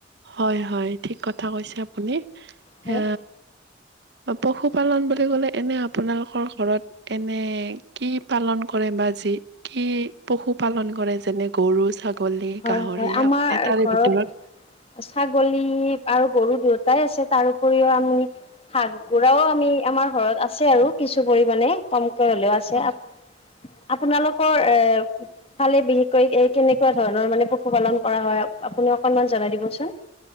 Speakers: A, on the right; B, on the left.
A: হয় হয় ঠিক কথা কৈছে আপুনি।
B: হয়
A: এ পশুপালন বুলি ক'লে এনে আপোনালোকৰ ঘৰত এনে কি পালন কৰে বা যি, কি পশু পালন কৰে যেনে গৰু ছাগ গলী,
B: হয়
A: গাহৰি
B: হয় আমাৰ
A: আপুনি তাৰে
B: ঘৰত
A: ভিতৰত
B: ছাগলী আৰু গৰু দুয়োটাই আছে, তাৰ উপৰিও আমি হাঁহ, কুকুৰাও আমি আমাৰ ঘৰত আছে আৰু কিছু পৰিমাণে কমকে হলেও আছ
A: হয়
B: <unintelligible> আপোনালোকৰ এ ফালে বিশেষকৈ এই কেনেকুৱা ধৰণৰ মানে পশুপালন কৰা হয়। আপুনি অকনমান জনাই দিবছোন।